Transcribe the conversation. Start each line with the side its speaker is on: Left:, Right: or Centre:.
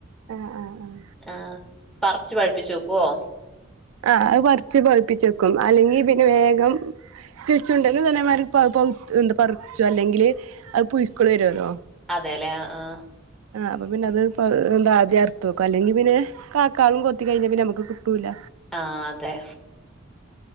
Right: ആഹ് ആഹ്
Centre: ആഹ പറച്ച് പഴുപ്പിച്ചു വെക്കുവോ
Right: ആ അത് പറിച്ച് പഴ്‌പ്പിച്ചെക്കും അല്ലെങ്കിൽ പിന്നെ വേഗം കിളിച്ചുണ്ടന് ഇതേമാതിരി എന്താ പറിച്ചും അല്ലെങ്കില് അത് പുഴക്കള് വരുല്ലോ
Centre: അതേലേ ആ ആ
Right: ആ അപ്പൊ പിന്നെ അത് എന്താ ആദ്യം അർത്ത് വെക്കും അല്ലെങ്കി പിന്നെ കാക്കാളും കൊത്തി കഴിഞ്ഞാ പിന്നെ നമുക്ക് കിട്ടൂല്ല
Centre: ആ അതെ